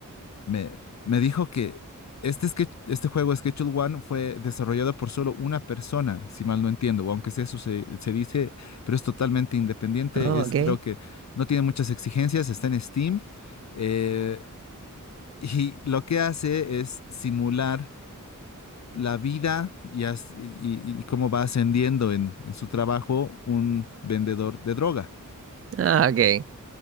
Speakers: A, on the left; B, on the right.
A: me, me dijo que este, sketch- este juego Schedule One fue desarrollado por solo una persona, si mal no entiendo, o aunque sea eso se, se dice, pero es totalmente independiente,
B: Oh,
A: es
B: ok.
A: creo que no tiene muchas exigencias, está en Steam, eh, y lo que hace es simular la vida y, as- y- y cómo va ascendiendo en, en su trabajo un vendedor de droga.
B: Ah, ok.